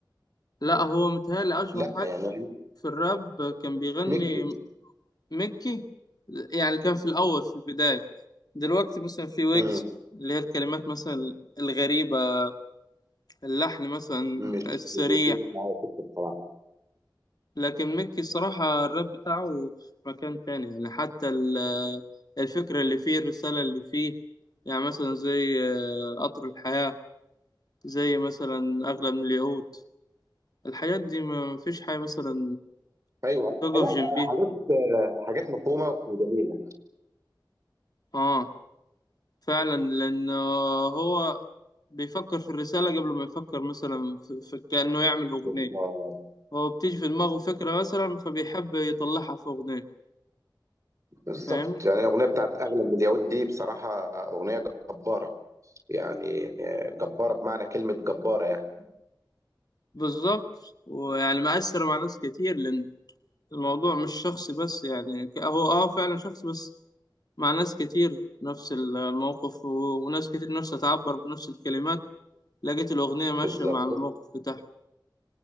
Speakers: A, on the left; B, on the right.
A: لا هو متهيألي اشهر
B: لا
A: حد
B: يعني
A: في الراب كان بيغني
B: ميكي
A: مكي يعني كان في الاول في البداية دلوقتي مثلا في ويجز
B: مم.
A: اللي هي الكلمات مثلا الغريبة اللحن مثلا
B: مش
A: السريع
B: بيجيش معايا سكة بصراحة
A: لكن ميكي الصراحة الراب بتاعه في مكان تاني يعني حتى ال- الفكرة اللي فيه الرسالة اللي فيه يعني مثلا زي آه، قطر الحياة زي مثلا أغلى من الياقوت الحاجات دي ما فيش حاجة مثلا
B: ايوه لا
A: تقف جنبيها
B: حاجات حاجات مفهومه وجميله
A: اه فعلا لأن هو بيفكر في الرسالة قبل ما يفكر مثلا في في كأنه يعمل أغنية
B: بالظبط
A: هو بتيجي في دماغه فكرة مثلا فبيحب يطلعها في أغنية
B: بالظبط.
A: فاهمني
B: يعني الاغنيه بتاعت اغلى من اليهود دي بصراحه اغنيه جباره يعني جباره بمعنى كلمه جباره يعني
A: بالظبط ويعني مأثر مع ناس كتير لأن الموضوع مش شخصي بس يعني ك- هو اه فعلا شخصي بس مع ناس كتير نفس ال- الموقف و- وناس كتير نفسها تعبر بنفس الكلمات لقيت الأغنية ماشية
B: فبالظبط
A: مع الموقف بتاعها